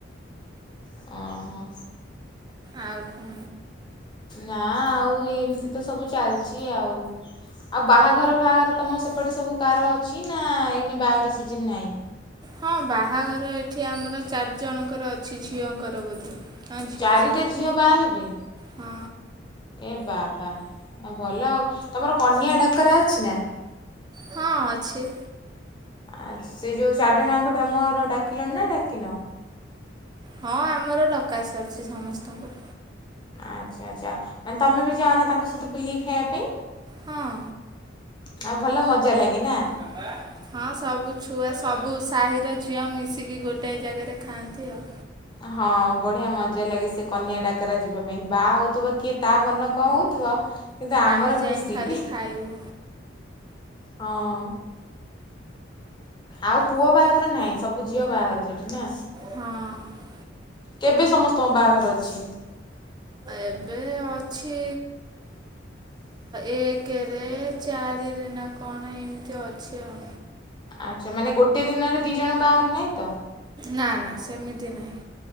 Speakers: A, on the left; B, on the right.
A: ହଁ ହଁ।
B: ଆଉ କଣ?
A: ନା ଆଉ ଏମିତି ତ ସବୁ ଚାଲିଛି ଆଉ। ଆଉ ବାହାଘର ଫାହାଘର ତମ ସେପଟେ ସବୁ କାର ଅଛି ନା ଏଇନୁ ବାହାଘର ସିଜନ୍ ନାହିଁ।
B: ହଁ ବାହାଘର ଏଠି ଆମର ଚାରିଜଣଙ୍କର ଅଛି ଝିଅଙ୍କର ବୋଧେ। ହଁ ଝିଅ
A: ଚାରିଟା
B: ସବୁ
A: ଝିଅ ବାହା ହେବେ
B: ହଁ
A: ଏ ବାବା ଭଲ ଆଉ ତମର କନିଆ ଡାକରା ଅଛି ନା।
B: ହଁ ଅଛି।
A: ଆ ସେ ଯେଉଁ ଚାରିଜଣ ଯାକଙ୍କୁ ତମର ଡାକିଲଣି ନା ଡାକିନ।
B: ହଁ ଆମର ଡକା ସରିଛି ସମସ୍ତଙ୍କୁ।
A: ଆଚ୍ଛା ଆଚ୍ଛା ମାନେ ତମେ ବି ଯାଅନା ତାଙ୍କ ସହିତ ବୁଲିକି ଖାଇବା ପାଇଁ।
B: ହଁ
A: ଆଉ ଭଲ ମଜା ଲାଗେ ନା।
B: ବାପା ହଁ ସବୁ ଛୁଆ ସବୁ ସାହିର ଝିଅ ମିଶିକି ଗୋଟେ ଜାଗାରେ ଖାଆନ୍ତି ଆଉ।
A: ହଁ ବଢିଆ ମଜା ଲାଗେ ସେ କନ୍ୟା ଡାକରା ଯିବା ପାଇଁ ବାହା ହଉଥିବ କିଏ ତା ମନ କଣ ହଉଥିବ। କିନ୍ତୁ ଆମର
B: ଆମେ ଯାଇ
A: ଖୁସି
B: ଖାଲି ଖାଇବୁ
A: ହଁ। ଆଉ ପୁଅ ବାହାଘର ନାହିଁ ସବୁ ଝିଅ ବାହାଘର ସେଠି ନା
B: ହଁ
A: କେବେ ସମସ୍ତଙ୍କ ବାହାଘର ଅଛି।
B: ଏବେ ଅଛି ଏକେ। ଚାରିରେ ନା କଣ ଏମିତି ଅଛି ଆଉ।
A: ଆଚ୍ଛା ମାନେ ଗୋଟେ ଦିନରେ ଦି ଜଣ ବାହାଘର ନାହିଁ ତ?
B: ନା ନା ସେମିତି ନାହିଁ